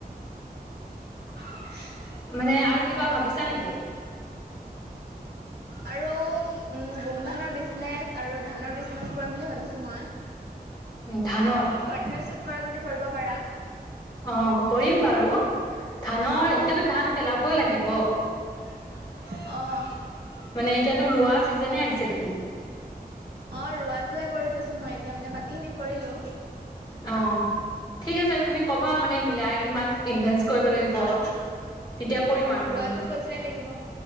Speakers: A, on the right (about 80°); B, on the left (about 25°).
A: <unintelligible>
B: মানে আৰু কিবা ভাবিছা নেকি?
A: আৰু গোমধানৰ বিজনেচ আৰু ধানৰ বিজনেচ কৰিম বুলি ভাবিছো মই
B: উম ধানৰ
A: পাৰ্টনাৰশ্বিপ কৰা যদি কৰিব পাৰা
B: অ কৰিম বাৰু ধানৰ
A: অঁ
B: এতিয়াতো ধান পেলাবই লাগিব
A: অ
B: মানে এতিয়াতো ৰোৱা চিজনে আহিছে দেখোন
A: অ ৰোৱাটোৱে কৰি থৈছো মই এতিয়া মানে বাকী খিনি কৰিলো
B: অ ঠিক আছে তুমি কবা মানে মিলাই কিমান ইনভেষ্ট কৰিব লাগিব
A: অঁ
B: তেতিয়া কৰিম আৰু
A: ৰোৱাটো
B: আমি
A: পইচাই লাগিব।